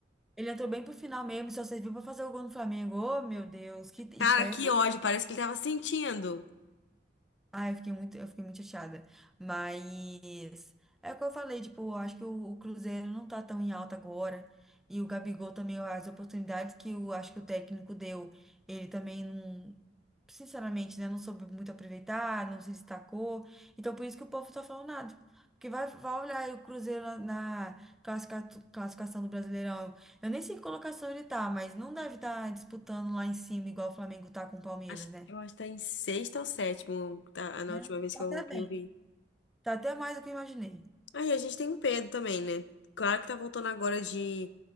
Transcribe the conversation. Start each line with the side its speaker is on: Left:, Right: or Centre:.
Centre: Ele entrou bem pro final mesmo, e só serviu pra fazer o gol no Flamengo. Ô, meu Deus, que isso
Left: Cara,
Centre: aí
Left: que
Centre: é triste.
Left: ódio, parece que ele tava sentindo.
Centre: Ah, eu fiquei muito, eu fiquei muito chateada. Mas é o que eu falei, tipo, eu acho que o, o Cruzeiro não tá tão em alta agora. E o Gabigol também, as oportunidades que eu acho que o técnico deu, ele também não, sinceramente, né, não soube muito aproveitar, não se destacou. Então por isso que o povo tá falando nada. Porque vai, vai olhar aí o Cruzeiro na, na classica- classificação do Brasileirão. Eu nem sei que colocação ele tá, mas não deve estar disputando lá em cima, igual o Flamengo tá com o Palmeiras,
Left: Acho,
Centre: né?
Left: eu acho que tá em sexta ou sétimo, tá, na
Centre: É.
Left: última vez
Centre: Tá
Left: que eu,
Centre: até
Left: que
Centre: bem.
Left: eu vi.
Centre: Tá até mais do que eu imaginei.
Left: Aí a gente tem o Pedro também, né? Claro que tá voltando agora de,